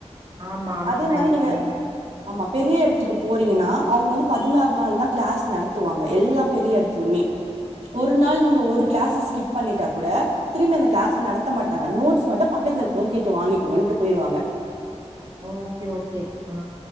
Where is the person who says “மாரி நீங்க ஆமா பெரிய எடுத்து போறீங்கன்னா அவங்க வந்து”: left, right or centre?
Right